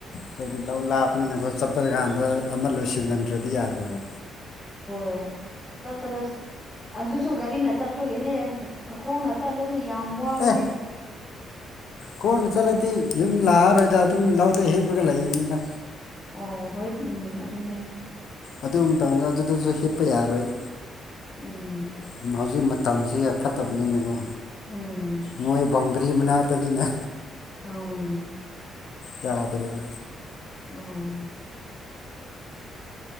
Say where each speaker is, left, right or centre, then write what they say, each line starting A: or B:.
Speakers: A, on the left; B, on the left.
A: ꯈꯣꯏꯗꯤ ꯂꯧ ꯂꯥꯞꯅꯤꯅꯀꯣ ꯆꯠꯄ ꯒꯥꯟꯗ ꯑꯃꯥ ꯂꯣꯏꯁꯤꯜ ꯂꯝꯗ꯭ꯔꯗꯤ ꯌꯥꯗꯕ
B: ꯍꯣꯏ ꯆꯠꯄꯗꯁ ꯑꯗꯨꯁꯨ ꯒꯥꯔꯤꯅ ꯆꯠꯄꯒꯤꯅꯦ <unintelligible> ꯈꯣꯡꯅ ꯆꯠꯂꯗꯤ ꯌꯥꯝ ꯋꯥꯒꯅꯤ
A: ꯑ‌ꯦ ꯈꯣꯡꯅ ꯆꯠꯂꯗꯤ ꯌꯨꯝ ꯂꯥꯑꯔꯣꯏꯗ ꯑꯗꯨꯝ ꯂꯧꯗ ꯍꯤꯞꯄꯒ ꯂꯩꯅꯤꯗ
B: ꯑꯣ ꯍꯣꯏꯠ ꯎꯝ ꯑꯗꯨꯅꯦ
A: ꯑꯗꯨ ꯃꯇꯝꯗꯨꯗꯥ ꯑꯗꯨꯗꯥꯖꯨ ꯍꯤꯞꯄ ꯌꯥꯔꯣꯏ
B: ꯎꯝ
A: ꯎꯝ ꯍꯧꯖꯤꯛ ꯃꯇꯝꯁꯤ ꯌꯥ ꯐꯠꯇꯕꯅꯤꯅꯀꯣ
B: ꯎꯝ
A: ꯃꯣꯏ ꯕꯥꯎꯟꯗ꯭ꯔꯤ ꯃꯅꯥꯛꯇꯥꯅꯤꯅ
B: ꯎꯝ
A: ꯌꯥꯗ꯭ꯔꯦꯕ
B: ꯎꯝ